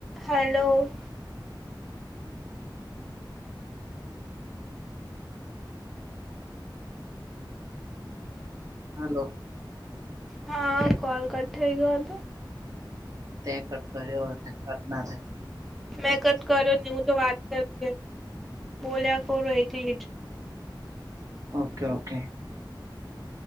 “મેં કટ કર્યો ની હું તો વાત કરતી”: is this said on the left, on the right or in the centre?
Centre